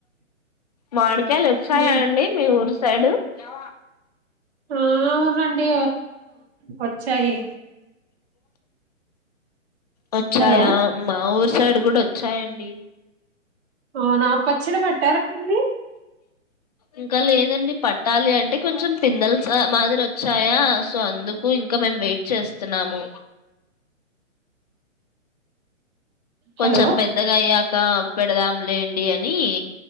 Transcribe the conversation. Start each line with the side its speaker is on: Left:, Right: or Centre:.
Left: మాడికాయలు వచ్చాయా
Right: మీ
Left: అండి మీ ఊరు సైడు యా
Right: ఆ చనండి వచ్చాయి
Left: వచ్చాయా
Right: హలో
Left: మా ఊరు సైడ్ కూడా వచ్చాయండి
Right: ఆ నా పచ్చడి పెట్టారా మళ్ళీ
Left: ఇంకా లేదండి పట్టాలి అంటే కొంచెం పిందలు మాదిరి వచ్చాయా సో అందుకు ఇంకా మేము వెయిట్ చేస్తున్నాము కొంచెం
Right: హలో
Left: పెద్దగా అయ్యాక పెడదాంలేండి అని నయి